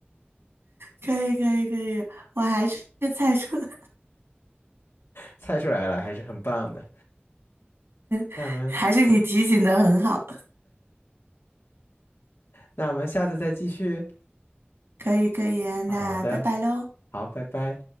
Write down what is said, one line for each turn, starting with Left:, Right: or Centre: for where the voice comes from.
Right: 可以可以可以，我还是猜出了，
Left: 猜出来了，还是很棒的。那我们
Right: <laughs> 还是你提醒的很好，
Left: 那我们下次再继续。
Right: 可以可以啊，
Left: 好的，
Right: 那拜拜喽。
Left: 好，拜拜。